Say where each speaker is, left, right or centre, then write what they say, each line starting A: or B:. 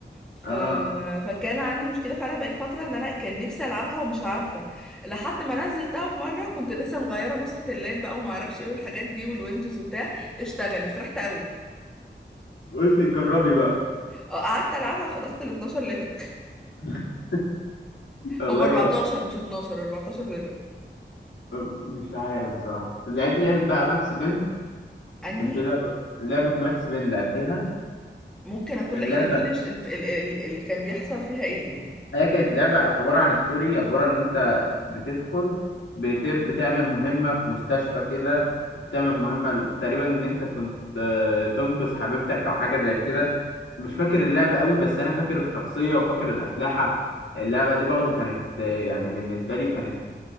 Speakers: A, in the centre; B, on the left (about 80°).
A: ف...
B: اه
A: فكان عندي مشكله فعلا بقالي فتره ان انا كان نفسي العبها ومش عارفه لحد ما نزلتها في مره كنت لسه مغيره نسخه اللاب بقى وما اعرفش ايه والحاجات دي والويندوز وبتاع اشتغلت فرحت قوي
B: قلت جربي بقى
A: اه قعدت العبها خلصت ال 12 ليفل
B: <laughs>
A: <laughs>
B: والله
A: هم 14
B: يعني
A: مش 12 14 ليفل
B: مش عارف بصراحه لعبت لعبه بقى ماكس بين
A: انهي
B: كان في لعبه لعبه ماكس بين لعبتها
A: ممكن اكون
B: كان
A: لا يعني
B: لعبه
A: قول لي الف- ال- ال- ال- اللي كان بيحصل فيها ايه يعني
B: هي كانت لعبة عبارة عن ستوري عبارة إن أنت بتدخل بت... بتعمل مهمة في مستشفى كده وبتعمل مهمة تقريبا إن أنت كنت آه، تنقذ حبيبتك أو حاجة زي كده مش فاكر اللعبة قوي بس أنا فاكر الشخصية وفاكر الأسلحة اللعبة دي برضو كانت آه، يعني بالنسبة لي كانت